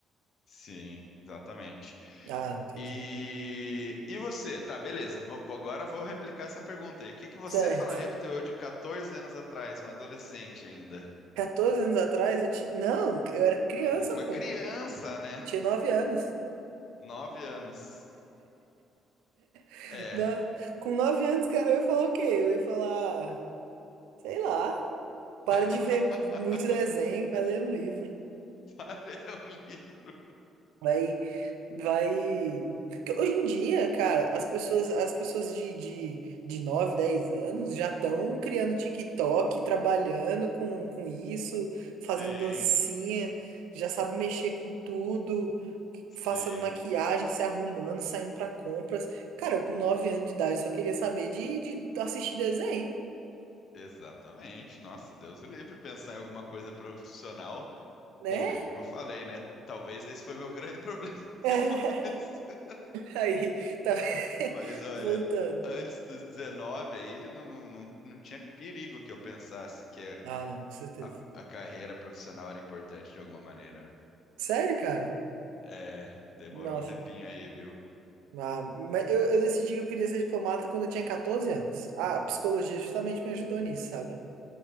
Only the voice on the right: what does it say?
Ah, entendi.
Certo.
Quatorze anos atrás eu tinha. Não, eu era criança,
pô.
Tinha 9 anos.
<laughs>
Na- Com nove anos, cara, eu ia falar o quê? Eu ia falar, sei lá, para
de ver muito desenho, vai ler um livro.
Vai, vai. Porque hoje em dia, cara, as pessoas, as pessoas de, de, de 9, 10 anos já estão criando TikTok, trabalhando com, com isso, fazendo
dancinha, já sabe mexer com tudo,
passando maquiagem, se arrumando, saindo pra compras. Cara, eu com 9 anos de idade só queria saber de, de assistir desenho,
né?
<laughs> Aí, tá <laughs>
voltando.
Ah, não, com certeza.
Sério, cara?
Nossa.
Ah, mas eu, eu decidi que eu queria ser diplomata quando eu tinha 14 anos. A, a psicologia justamente me ajudou
nisso, sabe?